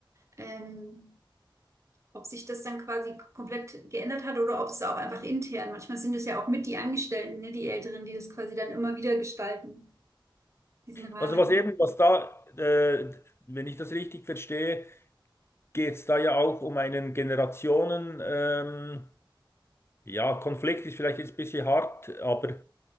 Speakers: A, on the right (about 35°); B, on the left (about 30°).
A: Ähm, ob sich das dann quasi komplett geändert hat oder ob es auch einfach intern. Manchmal sind es ja auch mit die Angestellten, ne, die Älteren, die das quasi dann immer wieder gestalten, diesen Rahmen.
B: Also was eben, was da, äh, wenn ich das richtig verstehe, geht es da ja auch um einen Generationen, ähm, ja, Konflikt ist vielleicht jetzt ein bisschen hart, aber